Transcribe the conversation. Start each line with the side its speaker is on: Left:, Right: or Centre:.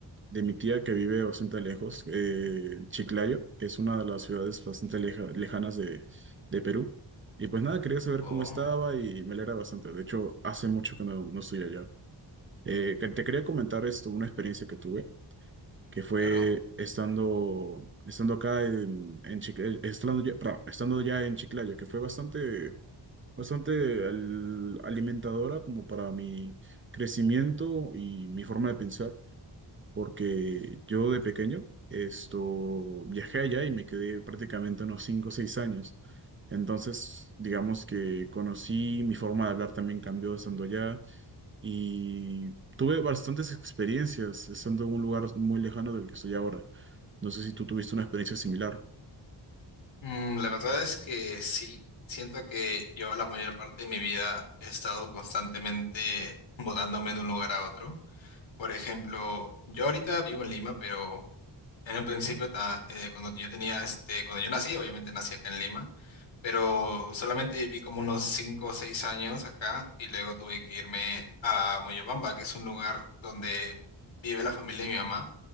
Right: de mi tía que vive bastante lejos, eh, en Chiclayo, que es una de las ciudades bastante leja- lejanas de, de Perú. Y pues nada, quería saber
Left: Oh,
Right: cómo estaba y me alegra bastante. De hecho, hace mucho que no, no estoy allá. Eh, que- te quería comentar esto, una experiencia que tuve, que fue
Left: claro.
Right: estando, estando acá en, en Chiclayo, estando ya, perdón, estando ya en Chiclayo, que fue bastante bastante al- alimentadora como para mi crecimiento y mi forma de pensar, porque yo de pequeño esto viajé allá y me quedé prácticamente unos 5 o 6 años. Entonces, digamos que conocí, mi forma de hablar también cambió estando allá y tuve bastantes experiencias estando en un lugar muy lejano del que estoy ahora. No sé si tú tuviste una experiencia similar.
Left: Mm, la verdad es que sí, siento que yo la mayor parte de mi vida he estado constantemente mudándome de un lugar a otro. Por ejemplo, yo ahorita vivo en Lima, pero en un principio, ta- eh, cuando yo tenía, este, cuando yo nací, obviamente nací acá en Lima, pero solamente viví como unos 5 o 6 años acá y luego tuve que irme a Moyobamba, que es un lugar donde vive la familia de mi mamá.